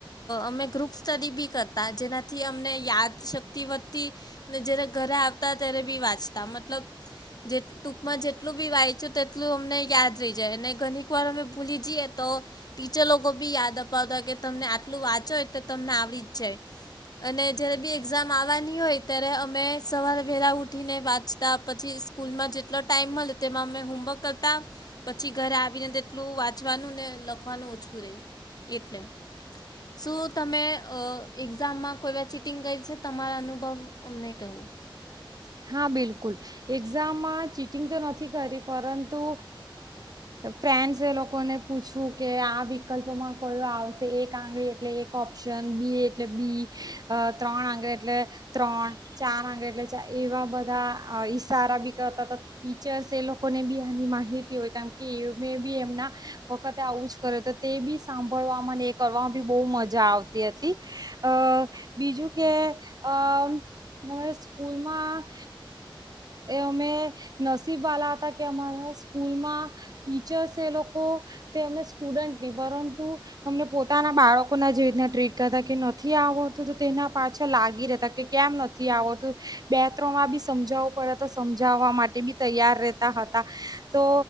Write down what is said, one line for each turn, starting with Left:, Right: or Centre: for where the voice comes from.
Left: અમે ગ્રુપ સ્ટડી બી કરતા જેનાથી અમને યાદ તી વધતી અનેને જ્યારે ઘરે ત બી વાંચતા મતલબ ટૂકમાં વાંચ તેટલું અમને યાદ રહી જાય અને ઘણી વાર અમે ભૂલી જઈએ તો ટીચર બી યાદ અપાવતા હોય કે તમને આટલું વાંચો તો તમને આવી જ જાય અને જયારે બી એઝામ આવવાની હોય ત્યારે અમે સવારે પ ઉઠી ને વાંચતા પછી સ્કૂલ માં જેટલો ટાઈઇમ મળે તેમાં અમે હોમવર્ક કરતા પછી ઘરે આવીને તેટલું વાંચવાનું ને લખવાનું ઓછું રહી એટલે શું તમે અ એક્ઝામમાં કોઈ ચીટિંગ કરી છે તમારા અનુભવ અમને કવું
Right: હા, બિલકુલ. એક્ઝામમાં ચિટિંગ તો નથી કરી પરંતુ ફ્રેન્ડ્સે એ લોકોને પૂછવું કે આ વિકલ્પમાં કયો આવશે એક આંગળી એટલે એક ઓપ્શન બી એટ એટલે બી ત્રણ આંગળ એટલે ત્રણ ચાર આંગળ એટલે એવા બધા ઈશારા બી કરતા હતા ટીચર્સ એ લોકોને બી આની માહિતી હોય કારમ કે એ મેં બી એમના વખતે આવું જ કર્યું હત તે બી સાંભળવામાં અને એ કરવામાં બી બહુ મજા આવતી હતી. અ બીજું કે અરા સ્કૂલમાં અમે નસીબવાલા હતા કે અમારા સ્કૂલમાં ટીચર્સ એ લોકો તે અમે સ્ટુડન્ટ નહી પરંતુ અમને પોતાના બાળકોના જેવી રીના ટ્રીટ નથી આવડતું તો તેના પાછા લાગી રહેતા કે કેમ નથી આવડતું બેત્ર્રમાં બી સમજાવવું પડે તો સમજાવવા માટે બી તૈયાર રહેતા હતા તો